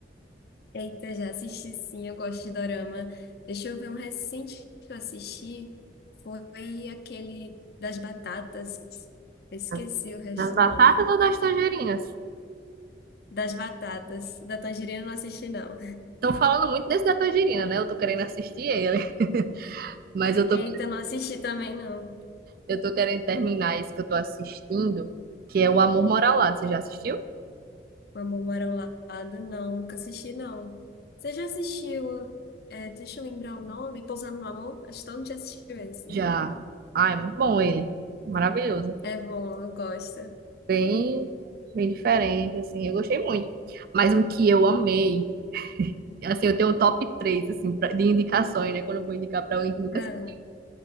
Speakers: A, on the left; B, on the right.
A: Eita, já assisti sim, eu gosto de dorama. Deixa eu ver um recente que eu assisti. Foi aquele das batatas. Eu esqueci
B: Das
A: o resto
B: das
A: do
B: batatas
A: nome.
B: ou das tangerinas?
A: Das batatas. Da tangerina eu não assisti, não.
B: Estão falando muito desse da tangerina, né? Eu tô querendo assistir ele. <laughs> Mas eu tô,
A: Eita, eu não assisti também, não.
B: eu tô querendo terminar esse que eu tô assistindo, que é O Amor Mora ao Lado. Você já assistiu?
A: O Amor Mora ao Lado, não. Nunca assisti, não. Você já assistiu? é, deixa eu lembrar o nome. Pousando no Amor? Acho que todo mundo já assistiu esse.
B: Já. Ah, é muito bom ele. Maravilhoso.
A: É bom, eu gosto.
B: Bem, bem diferente, assim. Eu gostei muito. Mas um que eu amei. Assim, eu tenho o top 3 assim, pra- de indicações, né? Quando eu vou indicar pra alguém que nunca
A: Ah,
B: assistiu.